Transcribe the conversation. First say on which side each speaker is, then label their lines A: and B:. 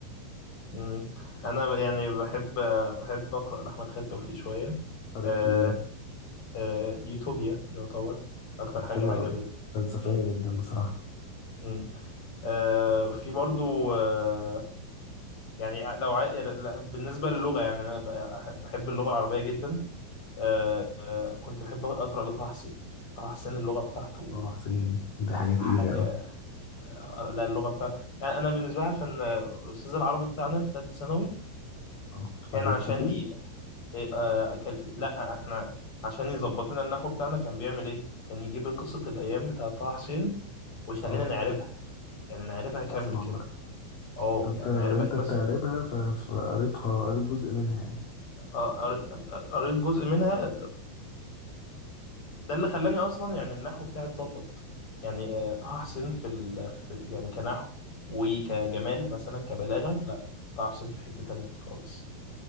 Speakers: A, on the left; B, on the left.
A: امم أنا ب- يعني بحب بحب أقرأ لأحمد خالد توفيق شوية
B: قريت
A: آه
B: له ايه
A: آه يوتوبيا يعتبر أكتر
B: كانت
A: حاجة
B: حلوة
A: عجبتني
B: قوي فلسفية
A: امم
B: جدا بصراحة
A: امم آه في برضو آه، يعني لو عاي... بالنسبة للغة يعني أنا بحب بحب اللغة العربية جدا آه، آه، كنت بحب أقرأ لطه حسين طه حسين اللغة بتاعته
B: اه حسين دي حاجة تقيلة
A: حاجة
B: قوي
A: لا اللغة بتاعته يعني أنا بالنسبة لي عشان آه، الأستاذ العربي بتاعنا في ثالثة ثانوي
B: اه
A: كان
B: حبيبكوا
A: عشان
B: فيه
A: ي... إيه، آه، كان... لا إحنا عشان يظبط لنا النحو بتاعنا كان بيعمل إيه؟ كان يجيب قصة الأيام بتاعة طه حسين ويخلينا
B: اه
A: نعربها يعني نعربها كاملة
B: اصلا
A: كده
B: بقى
A: أه
B: فانت
A: يعني
B: وانت
A: نعربها مثلا
B: بتعربها ف- فقريتها قريت جزء منها يعني
A: آه، قريت قريت جزء منها ده اللي خلاني اصلا يعني النحو بتاعي اتظبط يعني آه، طه حسين في ال... في ال- يعني كنحو وكجمال مثلا كبلاغه لا طه حسين في حته تانية خالص